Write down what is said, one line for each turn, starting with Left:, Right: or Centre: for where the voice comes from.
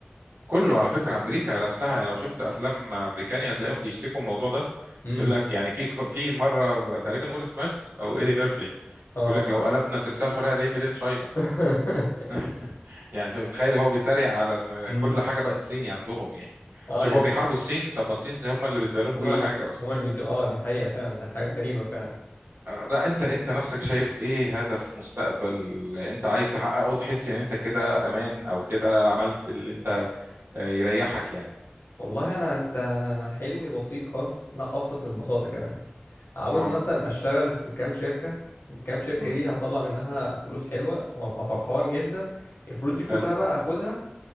Right: كله على فكرة أمريكا نفسها يعني لو شفت أفلام أمريكاني هتلاقيهم بيشتكوا من الموضوع ده
Left: امم
Right: يقول لك يعني في في مرة تقريبا ويل سميث أو إيدي ميرفي
Left: اه
Right: يقول لك لو قلبنا تمثال حرية ليه ميدين شاينا
Left: <laughs>
Right: <laughs> يعني شوف تخيل هو بيتريق على إن
Left: امم
Right: كل حاجة بقت صيني عندهم يعني
Left: اه
Right: شوف هو بيحاربوا الصين طب ما الصين هم اللي بتبيع لهم
Left: هما
Right: كل
Left: اللي
Right: حاجة
Left: بي-
Right: أصلا
Left: هما اللي بيدوا اه دي حقيقة فعلا ده حاجة غريبة فعلا
Right: آه، لا انت انت نفسك شايف ايه هدف مستقبل انت عايز تحققه تحس ان انت كده امان او كده عملت اللي انت آه، يريحك يعني
Left: والله انا انت انا أنا حلمي بسيط خالص لا ابسط من البساطة كمان عاوز
Right: اه
Left: مثلا اشتغل في كام شركة الكام شركة
Right: امم
Left: دي هطلع منها فلوس حلوة وابقى فرحان جدا الفلوس دي كلها
Right: حلو
Left: بقى اخدها